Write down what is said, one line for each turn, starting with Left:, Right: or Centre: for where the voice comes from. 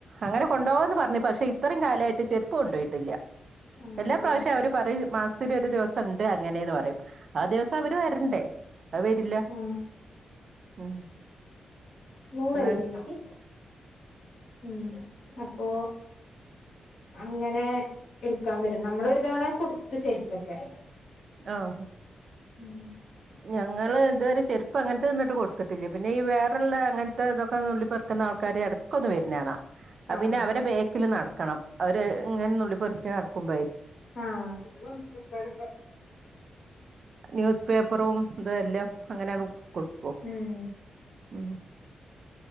Right: അങ്ങനെ കൊണ്ടുപോവുംന്ന് പറഞ് പക്ഷെ ഇത്രയും കാലായിട്ട് ചെരുപ്പ് കൊണ്ടോയിട്ടില്ല
Left: ആ
Right: എല്ലാ
Left: നമ്മ
Right: പ്രാവശ്യവും അവര് പറയും മാസ് ത്തില് ഒരു ദിവസണ്ട് അങ്ങനെന്ന് പറയും ആ ദിവസം അവര് വരണ്ടേ അത് വരില്ല
Left: ആ
Right: ഉം
Left: നൂറല്ലേ
Right: ന്ന്
Left: ഏച്ചി ഉം അപ്പൊ അങ്ങനെ എടുക്കാൻ വെരും നമ്മളൊരു തവണ കൊടുത്തു ചെരിപ്പൊക്കെ
Right: ആഹ്
Left: ഉം
Right: ഞങ്ങള് ഇതുവരെ ചെരുപ്പ് അങ്ങൻത്തെ ഇന്നിട്ട് കൊട്ത്തിട്ടില്ല പിന്നെ ഈ വേറള്ളേ ഇങ്ങൻത്തെ ഇതൊക്കെ നുള്ളിപെർക്ക്ന്ന ആൾ ക്കാര് ഇടക്കൊന്ന് വര്ന്നാണാ അതു
Left: ആ
Right: പിന്നെ അവരെ ബേക്കില് നടക്കണം അവര് ഇങ്ങനെനുള്ളി പെറുക്കി നടക്കുംപേയ്
Left: ആഹ് <unintelligible>
Right: ന്യൂസ് പേപ്പറും ഇതെ എല്ലാം അങ്ങനെയാണ്ടു കൊടുക്കും
Left: ഉം
Right: ഉം